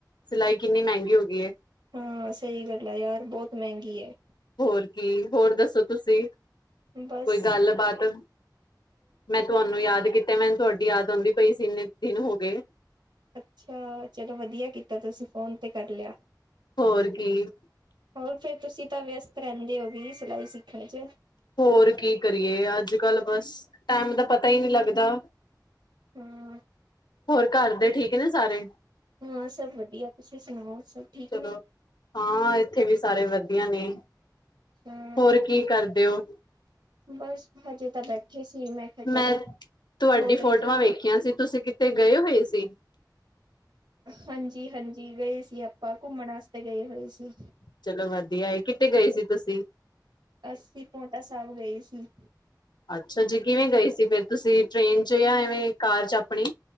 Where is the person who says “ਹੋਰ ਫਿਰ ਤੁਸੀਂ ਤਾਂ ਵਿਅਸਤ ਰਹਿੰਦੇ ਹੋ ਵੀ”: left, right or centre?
Right